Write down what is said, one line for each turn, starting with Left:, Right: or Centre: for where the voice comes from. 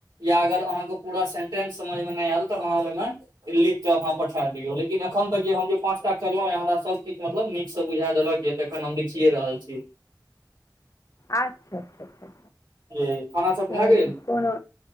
Right: या अगर अहाँके पूरा फेन समझमे नै आएल त अहाँ ओइमे ई लिखके अहाँ पठा दियौ लेकिन एखन तक जे हम जे पाँचटा करलौं हें हमरा सब किछु मतलब नीक सं बुझा देलक या। एखन हम लिखिए रहल छी।
Left: आच्छा-अच्छा-छा।
Right: ये खाना सब
Left: चलू
Right: भए गेल
Left: कोनो